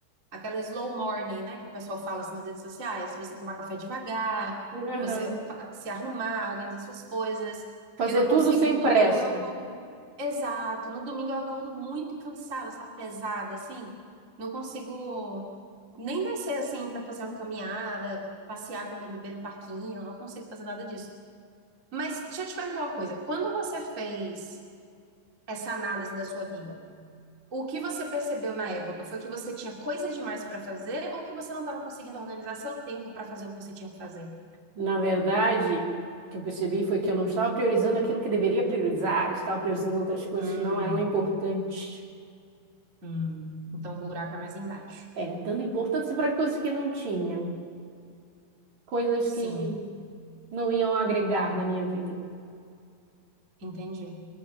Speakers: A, on the right; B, on the right.
A: aquela slow morning, né, que o pessoal fala assim nas redes sociais, você tomar café devagar,
B: Aham.
A: você fa- se arrumar, organizar suas coisas.
B: Fazer
A: Eu não
B: tudo
A: consigo,
B: sem
A: no
B: pressa.
A: domingo eu acordo exato, no domingo eu acordo muito cansada, sabe, pesada assim. Não consigo nem descer assim para fazer uma caminhada, passear com meu bebê no parquinho, eu não consigo fazer nada disso. Mas deixa eu te perguntar uma coisa, quando você fez essa análise da sua vida, o que você percebeu na época foi que você tinha coisa demais para fazer ou que você não estava conseguindo organizar seu tempo para fazer o que você tinha que fazer?
B: Na verdade, o que eu percebi foi que eu não estava priorizando aquilo que deveria priorizar, eu estava priorizando outras coisas
A: Hum,
B: que não eram importantes.
A: hum. Então o buraco é mais embaixo.
B: É, dando importância para coisas que não tinham, coisas
A: Sim,
B: que não iam agregar na minha vida.
A: entendi,